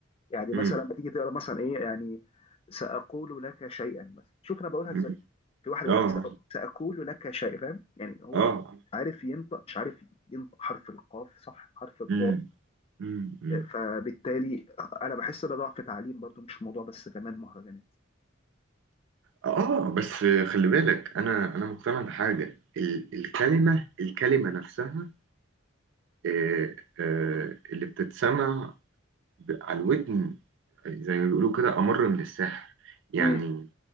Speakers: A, on the left; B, on the right.
A: يعني
B: مم.
A: مثلا لما تيجي تقرا مثلا ايه يعني ساقول لك شيئا مثلا شوف انا بقولها
B: مم.
A: ازاي في واحد يقول
B: اه
A: لك "سأ- ساقول لك شيئا فاهم يعني هو
B: اه
A: مش عارف ينطق مش عارف ينطق حرف القاف صح حرف الضاد
B: مم. مم. مم.
A: فبالتالي انا بحس ده ضعف تعليم برضو مش موضوع بس كمان مهرجانات
B: اه بس خلي بالك انا انا مقتنع بحاجه ال- الكلمه الكلمه نفسها آه، آه، اللي بتتسمع ب- على الودن زي ما بيقولوا كده أمر من السحر يعني
A: مم.